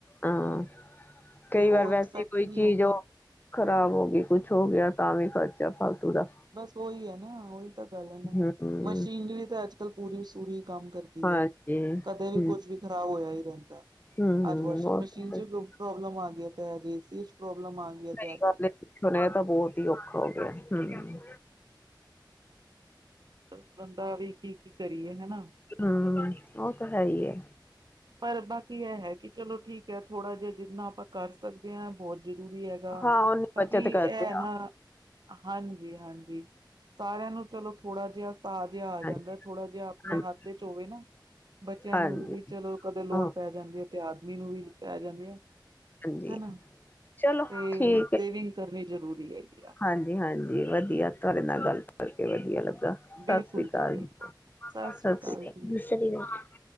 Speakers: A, on the left; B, on the right.
A: ਹਾਂ ਕਈ
B: ਤੇ ਉਹ
A: ਵਾਰ ਵੈਸੇ
B: ਐਕਸਪੈਕਟ
A: ਕੋਈ
B: ਨਹੀਂ
A: ਚੀਜ਼
B: ਹੁੰਦਾ।
A: ਹੋ। ਖ਼ਰਾਬ ਹੋ ਗਈ ਕੁੱਛ ਹੋ ਗਿਆ ਤਾਂ ਵੀ ਖ਼ਰਚਾ ਫਾਲਤੂ ਦਾ।
B: ਬਸ ਉਹੀ ਹੈ ਨਾ ਉਹੀ ਤਾਂ ਗੱਲ ਹੈ ਨਾ
A: ਹੂੰ
B: ਮਸ਼ੀਨਰੀ ਤਾਂ ਅੱਜ ਕੱਲ ਪੂਰੀ ਸੂਰੀ ਕੰਮ ਕਰਦੀ।
A: ਹਾਂਜੀ ਹੂੰ
B: ਕਦੇ ਵੀ ਕੁੱਝ ਵੀ ਖ਼ਰਾਬ ਹੋਇਆ ਹੀ ਰਹਿੰਦਾ
A: ਹੂੰ
B: ਅੱਜ ਵਾਸ਼ਿੰਗ
A: ਬਹੁਤ
B: ਮਸ਼ੀਨ
A: ਸੱਚੀ
B: ਚ। ਭੈਣ ਪ੍ਰੋਬਲਮ ਆ ਗਈ ਹੈ। ਤੇ ਅਜ ਏਸ ਚੀਜ਼ ਚ ਪ੍ਰੋਬਲਮ ਆ ਗਈ
A: ਸਹੀ
B: ਤੇ ਅੱਜ
A: ਗੱਲ ਏ, ਪੁਛਣ ਤਾਂ ਬੋਤ ਹੀ ਔਖਾ ਹੋ ਗਿਆ ਹਮ
B: ਦੱਸ ਬੰਦਾ ਵੀ ਕੀ- ਕੀ ਕਰੀਏ ਹਨਾ
A: ਹਮ ਉਹ ਤਾਂ ਹੈਈਏ
B: ਪਰ ਬਾਕੀ ਇਹ ਹੈ। ਕਿ ਚਲੋ ਠੀਕ ਹੈ। ਥੋੜਾ ਜਿਹਾ ਜਿੰਨਾ ਆਪਾਂ ਕਰ ਸਕਦੇ ਹਾਂ ਬੋਤ ਜ਼ਰੂਰੀ ਹੈ।
A: ਹਾਂ ਉਹਨੀ
B: ਬਾਕੀ
A: ਬੱਚਤ ਕਰਦੇ
B: ਇਹ ਨਾ ਹਾਂਜੀ- ਹਾਂਜੀ ਸਾਰਿਆਂ ਨੂੰ ਚਲੋ ਥੋੜਾ ਜਿਹਾ ਪਾ ਜਿਹਾ ਆ ਜਾਂਦਾ
A: ਹਾਂਜੀ
B: ਥੋੜਾ ਜਿਹਾ, ਆਪਣੇ
A: ਹਾਂਜੀ
B: ਹੱਥ ਚ ਹੋਵੇ ਨਾ ਬੱਚਿਆਂ
A: ਹਾਂਜੀ
B: ਨੂੰ ਵੀ ਚਲੋ ਤੇ ਲੋੜ
A: ਹਾਂ
B: ਪੈ ਜਾਂਦੀ ਹੈ। ਤੇ ਆਦਮੀ ਨੂੰ ਵੀ ਪੈ ਜਾਂਦੀ ਹੈ।
A: ਹਾਂਜੀ
B: ਹਨਾ
A: ਚਲੋ
B: ਤੇ
A: ਠੀਕ ਹੈ।
B: ਸੇਵਿੰਗ ਕਰਨੀ ਜ਼ਰੂਰੀ ਹੈਗੀ ਆ
A: ਹਾਂਜੀ- ਹਾਂਜੀ ਵਧੀਆ ਤੁਹਾਡੇ ਨਾਲ ਗੱਲ ਕਰਕੇ ਵਧੀਆ ਲੱਗਾ
B: ਬਿਲਕੁਲ
A: ਸਤਿ ਸ੍ਰੀ ਅਕਾਲ
B: ਬਿਲਕੁਲ
A: ਜੀ, ਸਤਿ
B: ਸ੍ਰੀ
A: ਸ਼੍ਰੀ ਅਕਾਲ, ਸਤਿ
B: ਜੀ
A: ਸ਼੍ਰੀ ਅਕਾਲ